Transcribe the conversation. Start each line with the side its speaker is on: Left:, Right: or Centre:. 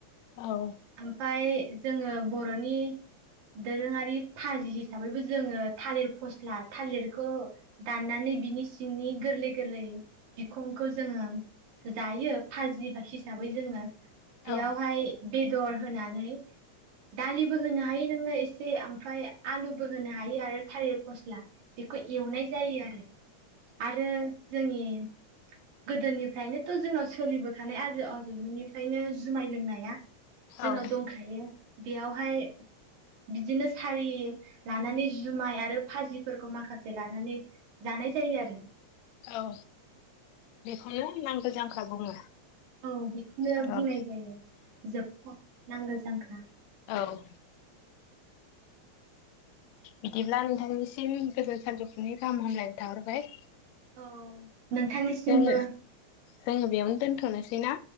Left: औ
Right: ओमफाय जोङो बर'नि दोरोङारि भाजि हिसाबैबो जोङो थालिर फस्ला थालिरखौ दाननानै बिनि सिंनि गोरलै गोरलै बिखंखो जोङो जायो भाजि बायसिस हिसाबै जोङो
Left: औ
Right: बियावहाय बेदर होनानै दालिबो होनो हायो नोङो एसे ओमफ्राय आलुबो होनो हायो आरो थालिर फस्ला। बेखौ एवनाय जायो आरो आरो जोंनि गोदोनिफ्रायनोथ' जोंनाव सोलिबोखानाय आजै आजौमोननिफ्रायनो जुमाय लोंनाया जोंनाव
Left: औ
Right: दंखायो बेयावहाय बिदिनो सारि लानानै जुमाय आरो भाजिफोरखौ माखासे लानानै जानाय जायो आरो।
Left: औ बेखौनो नांगोल जांख्रा बुङो।
Right: औ बेखौनो
Left: औ
Right: बुंनाय जायो जोबथा नांगोल जांख्रा।
Left: औ बिदिब्ला नोंथांनिसिम गोजोन सानजौफुनि गाहाम हामलायनाय थाहरबाय।
Right: औ नोंथांनिसिमबो।
Left: जोङो जोङो बेयावनो दोनथ'नोसै ना?